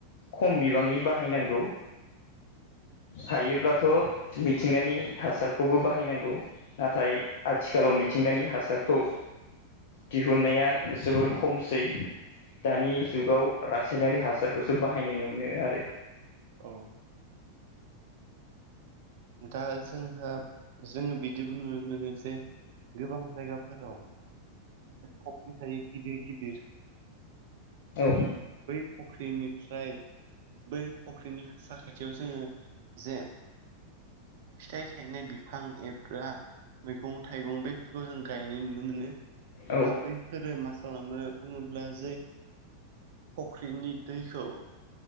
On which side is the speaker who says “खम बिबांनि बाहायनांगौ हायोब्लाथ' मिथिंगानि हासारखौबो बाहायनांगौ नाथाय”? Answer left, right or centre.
Left